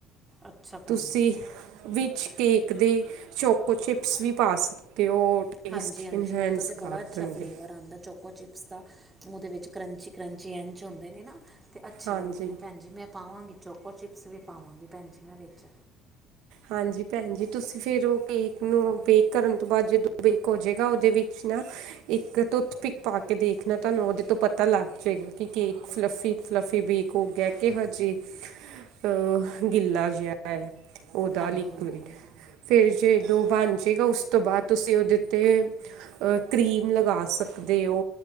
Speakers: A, on the right; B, on the right.
A: ਅੱਛਾ ਭੈਣ
B: ਤੁਸੀਂ
A: ਜੀ
B: ਵਿਚ ਕੇਕ ਦੇ ਚੋਕੋ ਚਿਪਸ ਵੀ ਪਾ ਸਕਦੇ। ਹੋ ਟੇਸਟ
A: ਹਾਂਜੀ-ਹਾਂਜੀ
B: ਇਨਹੈਂਸ
A: ਉਹਦਾ ਤੇ ਬੜਾ
B: ਕਰ
A: ਅੱਛਾ
B: ਦੇਣਗੇ
A: ਫਲੇਵਰ। ਆਉਦਾ ਚੋਕੋ ਚਿਪਸ ਦਾ ਉਹਦੇ ਕ੍ਰੰਚੀ-ਕ੍ਰੰਚੀ ਇੰਚ ਹੁੰਦੇ ਨੇ ਨਾ। ਅਤੇ ਅੱਛੇ
B: ਹਾਂਜੀ
A: ਲੱਗਦੇ ਨੇ ਭੈਣ ਜੀ, ਮੈਂ ਪਾਵਾਂਗੀ ਚੋਕੋ ਚਿਪਸ ਵੀ ਪਾਵਾਂਗੀ ਭੈਣ ਜੀ ਮੈਂ ਵਿੱਚ।
B: ਹਾਂਜੀ ਭੈਣ ਜੀ, ਤੁਸੀਂ ਫਿਰ ਉਹ ਕੇਕ ਨੂੰ ਬੇਕ ਕਰਨ ਤੋਂ ਬਾਅਦ ਜਦੋਂ ਬੇਕ ਹੋ ਜਾਵੇਗਾ ਉਹਦੇ ਵਿੱਚ ਨਾ। ਇੱਕ ਟੁੱਥਪਿਕ ਪਾ ਕੇ ਦੇਖਣਾ, ਤੁਹਾਨੂੰ ਉਹਦੇ ਤੋਂ ਪਤਾ ਲੱਗ ਜਾਏਗਾ ਕਿ ਕੇ ਫਲੱਫੀ। ਫਲੱਫੀ ਬੀਕ ਹੋ ਗਿਆ, ਕਿ ਬਸ ਜੀ ਅ ਗਿੱਲਾ ਜਿਹਾ ਹੈ। ਉਹਦਾ
A: ਹਾਂਜੀ
B: ਲਿਕੁਇਡ
A: ਹਾਂਜੀ
B: ਫਿਰ ਜਦੋਂ ਬਣ ਜਾਏਗਾ, ਉਸ ਤੋਂ ਬਾਅਦ ਤੁਸੀਂ ਉਹਦੇ ਉੱਤੇ। ਅਹ ਕਰੀਮ ਲਗਾ ਸਕਦੇ ਹੋ।